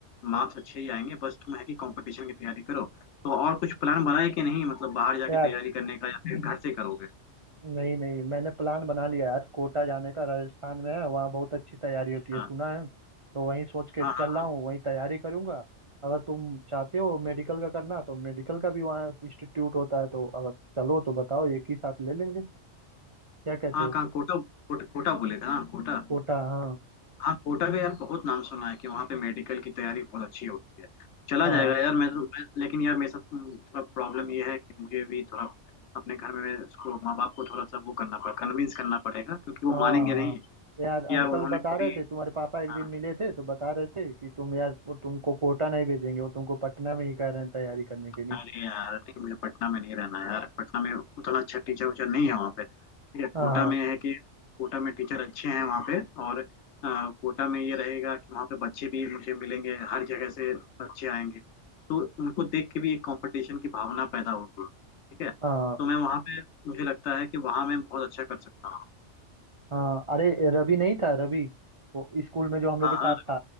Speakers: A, on the left (about 70°); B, on the right (about 40°).
A: मार्क्स अच्छे ही आएंगे बस तुम है कि कंपटीशन की तैयारी करो तो और कुछ प्लान बनाए कि नहीं मतलब बाहर जाके
B: यार
A: तैयारी करने का या फिर घर से करोगे
B: नहीं नहीं मैंने प्लान बना लिया यार कोटा जाने का राजस्थान में है वहाँ बहुत अच्छी तैयारी होती
A: हाँ
B: है सुना है तो वहीं सोच के
A: हाँ
B: चल
A: हाँ
B: रहा
A: हाँ
B: हूँ वहीं तैयारी करूंगा अगर तुम चाहते हो मेडिकल का करना तो मेडिकल का भी वहाँ इंस्टीट्यूट होता है तो अगर चलो तो बताओ एक ही साथ ले लेंगे क्या कहते
A: हाँ
B: हो
A: कहाँ कोटा कोटा, कोटा बोले थे ना कोटा
B: कोटा हाँ
A: हाँ कोटा का यार बहुत नाम सुना है कि वहाँ पे मेडिकल की तैयारी बहुत अच्छी होती है चला
B: हाँ
A: जाएगा यार मैं, तो- मैं लेकिन यार मेरे साथ हम्म, थोड़ा प्रॉब्लम ये है कि मुझे भी थोड़ा अपने घर में उसको माँ बाप को थोड़ा सा वो करना पड़ेगा कन्विंस करना पड़ेगा क्योंकि वो
B: हाँ
A: मानेंगे
B: हाँ
A: नहीं
B: यार
A: कि यार
B: अंकल
A: उन्होंने
B: बता
A: कभी
B: रहे थे तुम्हारे पापा एक
A: हाँ
B: दिन मिले थे तो बता रहे थे कि तुम यार वो तुमको कोटा नहीं भेजेंगे वो तुमको पटना में ही कह रहे हैं तैयारी करने के लिए
A: अरे यार ठीक मुझे पटना में नहीं रहना है यार पटना में उतना अच्छा टीचर उचर नहीं है वहाँ पे ठीक है
B: हाँ
A: कोटा में है कि कोटा में टीचर अच्छे हैं वहाँ पे और अ, कोटा में ये रहेगा कि वहाँ पे बच्चे भी मुझे मिलेंगे हर जगह से बच्चे आएंगे तो उनको देख के भी एक कंपटीशन की भावना पैदा होगी ठीक है
B: हाँ
A: तो मैं वहाँ पे मुझे लगता है कि वहाँ मैं बहुत अच्छा कर सकता हूँ
B: हाँ अरे रवि नहीं था रवि वो स्कूल में जो हम लोग
A: हाँ
B: के साथ
A: हाँ
B: था